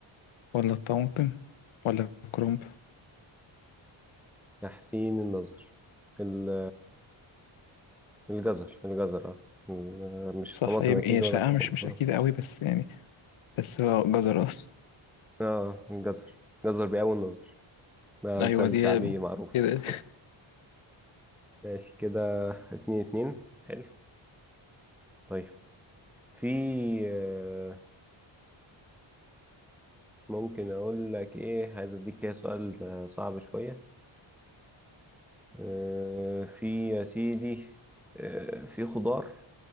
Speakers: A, on the left (about 80°); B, in the centre.
A: ولا الطماطم ولا الكرنب
B: تحسين النظر ال- الجزر الجزر اه ال- مش
A: صح
B: الطماطم
A: هي
B: اكيد
A: هي
B: ولا
A: شائعة
B: الكرنب
A: مش مش
B: اه
A: أكيدة قوي بس يعني بس هو جزر أصلا
B: آه، الجزر الجزر بيقوي النظر ده
A: أيوة
B: مثال
A: دي
B: شعبي معروف
A: كده
B: <laughs> ماشي كده اتنين اتنين حلو طيب في آه، ممكن اقول لك ايه عايز اديك كده سؤال آه، صعب شوية آه، في يا سيدي آه، في خضار